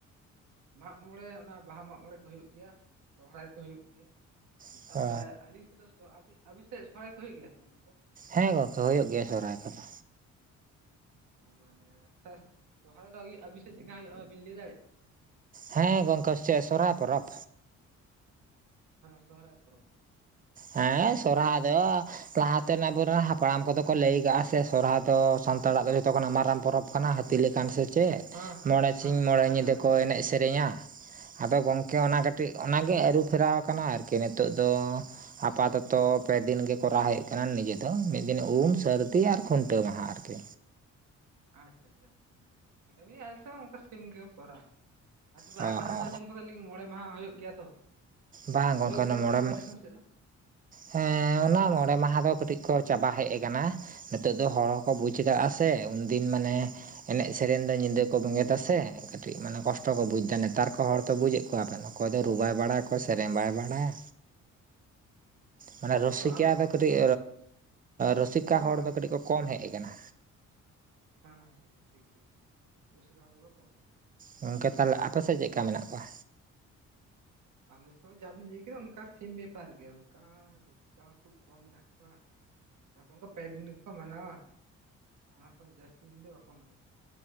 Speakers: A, on the right; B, on the right.
A: ᱢᱟᱜ ᱢᱚᱬᱮ ᱚᱱᱟ ᱵᱟᱦᱟ ᱢᱟᱜ ᱢᱚᱬᱮ ᱠᱚ ᱦᱩᱭᱩᱜ ᱜᱮᱭᱟ ᱥᱚᱦᱨᱟᱭ ᱠᱚ ᱦᱩᱭᱩᱜ ᱜᱮᱭᱟ
B: ᱚ
A: ᱛᱟᱯᱚᱨᱮ ᱟᱹᱞᱤᱧ ᱥᱮᱫ ᱫᱚ ᱟᱵᱤᱱ ᱥᱮᱫ ᱥᱚᱦᱨᱟᱭ ᱠᱚ ᱦᱩᱭᱩᱜ ᱜᱮᱭᱟ ᱥᱮ ᱚᱱᱟ ᱠᱚ
B: ᱦᱮᱸ ᱜᱚᱝᱠᱮ ᱦᱩᱭᱩᱜ ᱜᱮᱭᱟ ᱥ ᱥᱚᱨᱦᱟᱭ ᱠᱚᱫᱚ
A: ᱚ ᱢᱟᱱᱮ ᱟᱪᱷᱟ ᱥᱚᱦᱚᱨᱟᱭ ᱫᱚᱩ ᱟᱹᱵᱤᱱ ᱥᱮᱫ ᱪᱮᱫ ᱞᱮᱠᱟ ᱦᱩᱭᱩᱜᱼᱟᱵᱤᱱ ᱞᱟᱹᱭ ᱫᱟᱲᱮᱭᱟᱜᱼᱟ
B: ᱦᱮᱸ ᱜᱚᱝᱠᱮ ᱪᱮᱫ ᱥᱚᱨᱚᱦᱚᱨᱟᱭ ᱯᱚᱨᱚᱵᱽ
A: ᱦᱮᱸ ᱥᱚᱦᱚᱨᱟᱭ ᱯᱚᱨᱚᱵᱽ
B: ᱦᱮᱸ ᱥᱚᱨᱦᱟᱭ ᱫᱚ ᱞᱟᱦᱟ ᱛᱮᱱ ᱟᱵᱚ ᱨᱮᱱ ᱦᱟᱯᱲᱟᱢ ᱠᱚᱫᱚ ᱠᱚ ᱞᱟᱹᱭ ᱠᱟᱜ-ᱟ ᱥᱮ ᱥᱚᱨᱦᱟᱭ ᱫᱚ ᱥᱟᱱᱛᱟᱲᱟᱜ ᱫᱚ ᱡᱚᱛᱚ ᱠᱷᱚᱱᱟᱜ ᱢᱟᱨᱟᱝ ᱯᱚᱨᱚᱵᱽ ᱠᱟᱱᱟ ᱦᱟᱹᱛᱤ ᱞᱮᱠᱟᱱ ᱥᱮ ᱪᱮᱫ
A: ᱦᱮᱸ ᱦᱮᱸ
B: ᱢᱚᱬᱮ ᱥᱤᱧ
A: ᱦᱮᱸ
B: ᱢᱚᱬᱮ
A: ᱮᱠᱫᱚᱢ
B: ᱧᱤᱫᱟᱹ
A: ᱮᱠᱫᱚᱢ
B: ᱠᱚ ᱮᱱᱮᱡ ᱥᱮᱨᱮᱧᱟ ᱟᱫᱚ ᱜᱚᱝᱠᱮ
A: ᱦᱩᱸ
B: ᱚᱱᱟ ᱠᱟᱹᱴᱤᱡ ᱴᱤᱡ ᱚᱱᱟ ᱜᱮ ᱟᱹᱨᱩᱯᱷᱮᱨᱟᱣ ᱟᱠᱟᱱᱟ ᱟᱨᱠᱤ ᱱᱤᱛᱚᱜ ᱫᱚ ᱟᱯᱟᱛᱚᱛᱚ ᱯᱮ ᱫᱤᱱ ᱜᱮ ᱠᱚᱨᱟᱣ ᱦᱩᱭᱩᱜ ᱠᱟᱱᱟᱱ ᱱᱤᱡᱮ ᱫᱚ ᱢᱤᱫ ᱫᱤᱱ ᱩᱢ ᱥᱟᱹᱨᱫᱤ ᱟᱨ ᱠᱷᱩᱱᱴᱟᱹᱣ ᱢᱟᱦᱟ ᱟᱨᱠᱤ
A: ᱟᱪᱪᱷᱟ ᱟᱪᱪᱷᱟ <unintelligible> ᱟᱞᱮ ᱥᱮᱫ ᱦᱚᱸ ᱚᱱᱠᱟ ᱥᱮᱢ ᱜᱮᱠᱚ ᱠᱚᱨᱟᱣᱟ ᱟᱨ ᱛᱚᱵᱮ
B: ᱚ
A: ᱟᱠᱟ
B: ᱚ
A: ᱥᱮᱫ ᱫᱚ ᱟᱸᱡᱚᱢ ᱠᱟᱫᱟᱞᱤᱧ ᱢᱚᱬᱮ ᱢᱟᱦᱟ ᱦᱩᱭᱩᱜ ᱜᱮᱭᱟ ᱛᱚ
B: ᱵᱟᱝ ᱜᱚᱝᱠᱮ
A: ᱦᱩᱭᱩᱜ
B: ᱚᱱᱟ
A: ᱜᱮᱭᱟ
B: ᱢᱚᱬᱮ
A: ᱥᱮ ᱚᱠᱟ ᱫᱤᱥᱚᱢ ᱥᱮᱫ ᱫᱚ
B: ᱦᱮᱸ ᱚᱱᱟ ᱢᱚᱬᱮ ᱢᱟᱦᱟ ᱫᱚ ᱠᱟᱹᱴᱤᱡ ᱠᱚ ᱪᱟᱵᱟ ᱦᱮᱡ ᱠᱟᱱᱟ ᱱᱤᱛᱚᱜ ᱫᱚ ᱦᱚᱲ ᱦᱚᱸ ᱠᱚ ᱵᱩᱡᱽ ᱮᱫᱟᱜ-ᱟ ᱥᱮ ᱩᱱᱫᱤᱱ ᱢᱟᱱᱮ ᱮᱱᱮᱡ ᱥᱮᱨᱮᱧ ᱫᱚ ᱧᱤᱫᱟᱹ ᱠᱚ ᱵᱮᱸᱜᱮᱛ ᱥᱮ ᱠᱟᱹᱴᱤᱡ ᱢᱟᱱᱮ ᱠᱚᱥᱴᱚ ᱠᱚ ᱵᱩᱡᱽ ᱮᱫᱟ ᱱᱮᱛᱟᱨ ᱠᱚ ᱦᱚᱲᱛᱚ ᱵᱩᱡᱮᱫ ᱠᱚᱣᱟᱵᱮᱱ ᱚᱠᱚᱭ ᱫᱚ ᱨᱩ ᱵᱟᱭ ᱵᱟᱲᱟᱭᱟ ᱚᱠᱚᱭ ᱥᱮᱨᱮᱧ ᱵᱟᱭ ᱵᱟᱲᱟᱭᱟ ᱢᱟᱱᱮ
A: ᱡᱚᱛᱚ
B: ᱨᱩᱥᱤᱠᱟ
A: ᱛᱚ ᱟᱫᱚᱜ ᱠᱟᱱ
B: ᱫᱚ
A: ᱛᱟᱵᱚᱱᱟ
B: ᱠᱟᱹᱴᱤᱡ
A: ᱥᱮ ᱚᱱᱟ ᱠᱚ
B: ᱨᱩᱥᱤᱠᱟ
A: ᱠᱚᱢ
B: ᱦᱚᱲ
A: ᱟᱠᱟᱱᱟ
B: ᱫᱚ ᱠᱟᱹᱴᱤᱡ ᱠᱚ ᱠᱚᱢ ᱦᱮᱡ ᱟᱠᱟᱱᱟ᱾
A: ᱦᱮᱸ ᱴᱷᱤᱠ ᱴᱷᱤᱠ ᱴᱷᱤᱠ ᱨᱩᱥᱤᱠᱟ ᱦᱚᱲ ᱫᱚᱠᱚ ᱠᱚᱢ <unintelligible>
B: ᱜᱚᱝᱠᱮ ᱛᱟᱦᱚᱞᱮ ᱟᱯᱮ ᱥᱮᱫ ᱪᱮᱫ ᱞᱮᱠᱟ ᱢᱮᱱᱟᱜ ᱠᱚᱣᱟ?
A: ᱟᱞᱮ ᱥᱮᱫ ᱦᱚ ᱡᱟ ᱵᱤᱱ ᱞᱟᱹᱭ ᱠᱮᱫᱟ ᱚᱱᱠᱟ ᱥᱮᱢ ᱵᱮᱯᱟᱨ ᱜᱮ ᱚᱱᱠᱟ ᱨᱩᱥᱤᱠᱟ ᱦᱚᱲ ᱠᱷᱩᱵ ᱠᱚᱢ ᱢᱮᱱᱟᱜ ᱠᱚᱣᱟ ᱛᱟᱯᱚᱝᱜᱚ ᱯᱮ ᱫᱤᱱ ᱜᱮᱠᱚ ᱢᱟᱱᱟᱣᱟ ᱱᱚᱣᱟ ᱠᱚ ᱡᱟᱹᱥᱛᱤ ᱫᱤᱱ ᱫᱚ ᱵᱟᱠᱚ ᱢᱟᱱᱟᱣᱟ